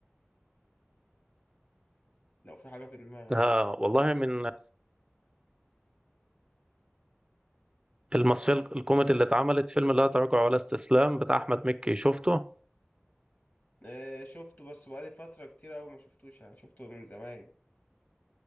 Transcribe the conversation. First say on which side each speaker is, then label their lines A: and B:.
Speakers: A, on the left; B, on the right.
A: لو في حاجة في دماغك
B: ده
A: يعني
B: والله من المصريه الكوميدي اللي اتعملت فيلم لا تراجع ولا استسلام بتاع احمد مكي شفته
A: اه شفته بس بقالي فترة كتير اوي ما شفتوش يعني شفته من زمان